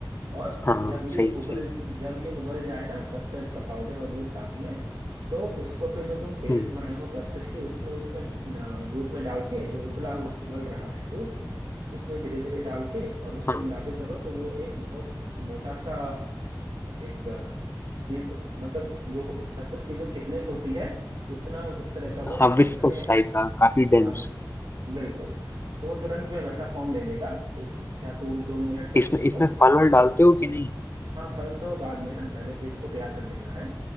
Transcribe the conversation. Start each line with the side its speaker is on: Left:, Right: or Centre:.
Right: और
Left: हाँ
Right: जब
Left: सही
Right: ये उबल
Left: सही
Right: जब ये उबल जाए ना कस्टर्ड का पाउडर और दूध साथ में तो उसको फिर जो तुम पेस्ट
Left: हम्म
Right: बनाए हो कस्टर्ड की उसमें उसमें न, दूध में डाल के जो उबला हु- उबल रहा है दूध उसमें धीरे धीरे डाल के और उसके
Left: हाँ
Right: मिलाते चलो तो वो एक बहुत मोटा सा एक चीज मतलब जो कस्टर्ड की जो थिकनेस होती है उतना उस तरह का वो
Left: हाँ
Right: तुरंत
Left: विस्कोस
Right: में
Left: टाइप का काफी डेंस
Right: हाँ बिल्कुल तो वो तुरंत में वैसा फॉर्म ले लेगा फिर क्या तुम दो मिनट तक
Left: इसमें
Right: उसको
Left: इसमें फल वल डालते हो कि नहीं
Right: हाँ फल तो बाद में ना पहले तो इसको तैयार कर लेना है